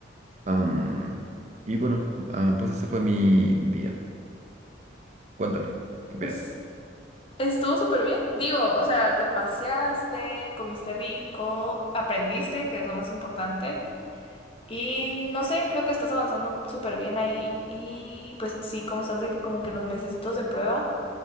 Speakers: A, on the right; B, on the left.
A: Am, y bueno, ah, pues ese fue mi día. Cuéntame, ¿qué opinas?
B: Pues estuvo súper bien. Digo, o sea, te paseaste, comiste rico, aprendiste, que es lo más importante. Y no sé, creo que estás avanzando súper bien ahí. Y pues sí, como estás de que como que los mesecitos de prueba,